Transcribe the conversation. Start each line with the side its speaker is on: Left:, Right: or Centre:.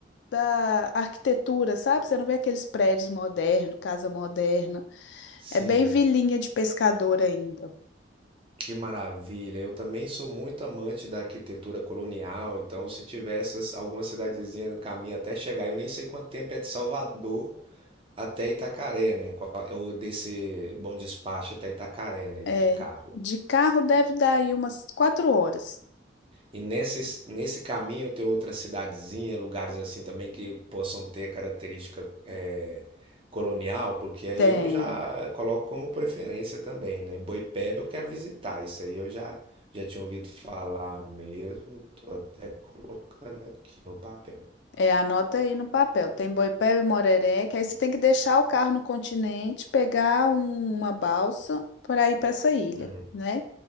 Left: da arquitetura, sabe? Você não vê aqueles prédios modernos, casa moderna.
Right: sim.
Left: É bem vilinha de pescador ainda.
Right: Que maravilha! Eu também sou muito amante da arquitetura colonial, então se tiver essas, alguma cidadezinha no caminho até chegar, eu nem sei quanto tempo é de Salvador até Itacaré, né? Qual- Ou desse Bom Despacho até Itacaré, né?
Left: É.
Right: De carro.
Left: De carro deve dar aí umas quatro horas.
Right: E nesse, nesse caminho tem outra cidadezinha, lugares assim também que possam ter característica eh, colonial, porque aí
Left: Tem.
Right: eu já coloco como preferência também, né? Boipeba eu quero visitar, isso aí eu já, já tinha ouvido falar mesmo, tô até colocando aqui no papel.
Left: É, anota aí no papel. Tem Boipeba e Moreré, que aí você tem que deixar o carro no continente, pegar um- uma balsa para ir para essa ilha,
Right: Uhum.
Left: né?